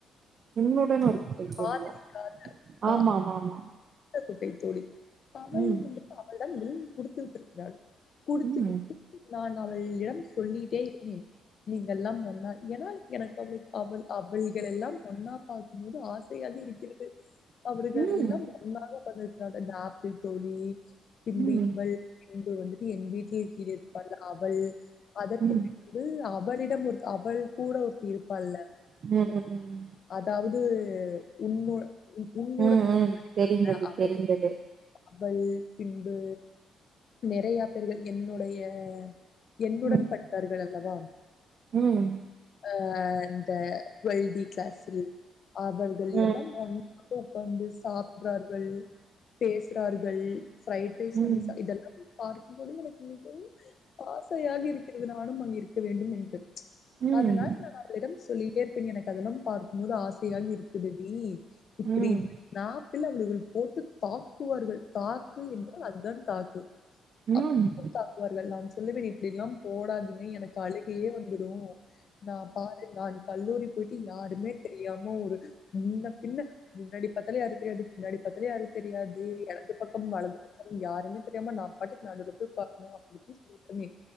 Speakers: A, on the right; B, on the left.
A: உன்னுடன் ஒரு குட்டை தோழியா
B: காதலிக்கா பார்த்த
A: ஆமா ஆமா ஆமா
B: குட்டை தோழி அவள்
A: ம்
B: வந்து அவள்தான் இதுலியு குடுத்து விட்டுருக்கிறாள் குடுத்து
A: ம்
B: விட்டு நான் அவளிடம் சொல்லிட்டே இருந்தேன் நீங்கள் எல்லாம் ஒன்னா ஏன்னா எனக்கு அவ அவள் அவள்கள் எல்லாம் ஒன்னா பாக்கும் போது ஆச யாக இருக்கிறது அவர்கள்
A: ம் ம் ம்
B: எல்லாம் ஒன்னாக உக்காந்திருக்கிறாங்க இந்த ஆப்பிள் தோழி பின்பு
A: ம்
B: இவள் பின்பு வந்துட்டு என் வீட்டில் கீழ இருப்பாள் அவள் அதற்கு
A: ம்
B: பிறகு அவளிடம் ஒரு அவள் கூட ஒருத்தி இருப்பால்ல
A: ம் ம் ம்
B: அதாவது உன்னு உன்னுடன்
A: ம் தெரிந்தது
B: அவள்
A: தெரிந்தது
B: அவள் பின்பு நெறயா பேர்கள் என்னுடைய என்னுடன்
A: ம்
B: படித்தார்கள் அல்லவா
A: ம்
B: அஹ் இந்த டுவெல்டி கிளாஸி அவர்கள்
A: ம் ம்
B: எல்லாம் ஒன்றாய் உக்காந்து சாப் ரார்கள் பேசுறார்கள் ஃப்ரைட் ரைஸ் வாங்கி
A: ம் ம்
B: சா இதெல்லா பார்க்கும்பொழுது எனக்கு மிகவும் ஆசையாக இருக்கிறது நானு அங்க இருக்க வேண்டும் என்று
A: ம்
B: அதனால்
A: ம்
B: நான் அவளிடம் சொல்லிட்டேருப் ப்ப எனக்கு அதெல்லாம் பார்க்கும்போது ஆசையா இருக்குதடி இப்டி
A: ம்
B: நா இல்ல அவளுகள் போட்டு தாக்குவார்கள் தாக் க்கு என்றால் அதுதான் தாக்கு
A: ம் ம் ம் ம்
B: அப்ப <inaudible> தாக்கு வார்கள் நான் சொல்லுவேன் இப்டியெல்லாம் போடாதிங்க எனக்கு அழுகயே வந்துடு நான் பா நான் கல்லூரி போயிட்டு யாருமே தெரியாம ஒரு முன்ன பின்ன முன்னாடிப்பத்தாலு யாரு தெரியாது பின்னாடி பாத்தாலு யாரு தெரியாது இடதுபக்கம் வலது பக்க யாருமே தெரியாம நான் பாட்டுக்கு நடுவுல போய் உக்காரணும் அப்டின்னு சொல்லிட்டுருந்தே